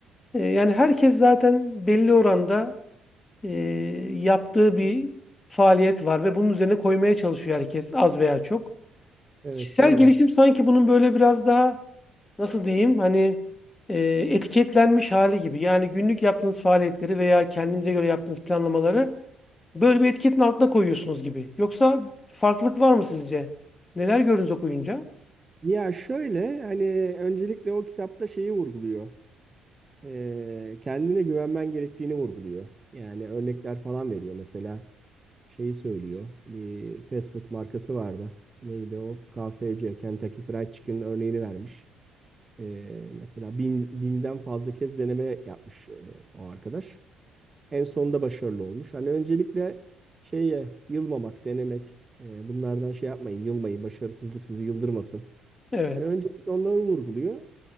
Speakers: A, on the left; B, on the right.
A: e, yani herkes zaten belli oranda e, yaptığı bir faaliyet var ve bunun üzerine koymaya çalışıyor herkes az veya çok.
B: evet
A: Kişisel
B: doğru.
A: gelişim sanki bunun böyle biraz daha nasıl diyeyim hani e, etiketlenmiş hali gibi. Yani günlük yaptığınız faaliyetleri veya kendinize göre yaptığınız planlamaları böyle bir etiketin altına koyuyorsunuz gibi. Yoksa farklılık var mı sizce? Neler gördünüz okuyunca?
B: Ya şöyle hani öncelikle o kitapta şeyi vurguluyor. E, kendine güvenmen gerektiğini vurguluyor. Yani örnekler falan veriyor mesela. şeyi söylüyor. Bir fast food markası vardı. Neydi o? KFC, Kentucky Fried Chicken örneğini vermiş. Ee, mesela bin, binden fazla kez deneme yapmış e, o arkadaş. En sonunda başarılı olmuş. Hani öncelikle şeye yılmamak, denemek. e, bunlardan şey yapmayın, yılmayın. Başarısızlık sizi yıldırmasın.
A: Evet.
B: Hani öncelikle onları vurguluyor.